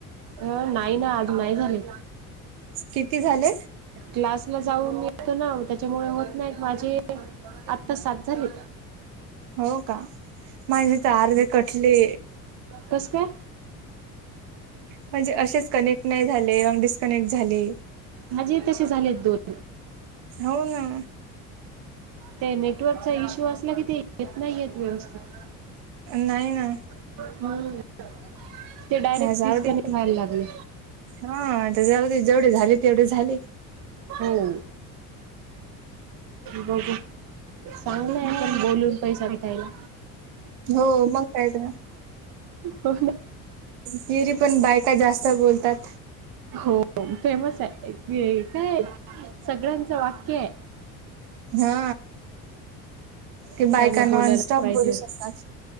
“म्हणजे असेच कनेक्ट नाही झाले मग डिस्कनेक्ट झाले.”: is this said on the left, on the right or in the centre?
Right